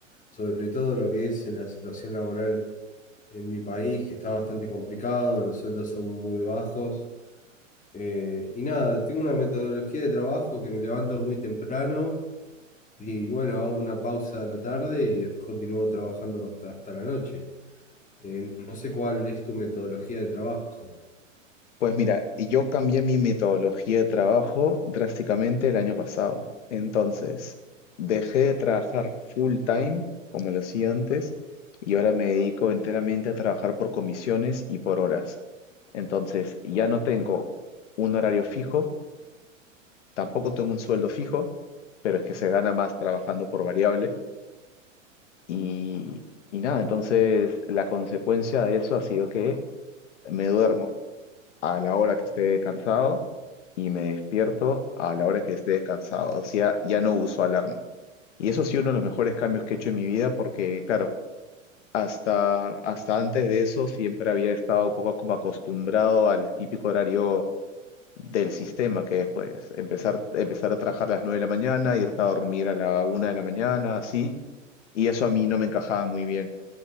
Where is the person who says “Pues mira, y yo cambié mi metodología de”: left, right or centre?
Left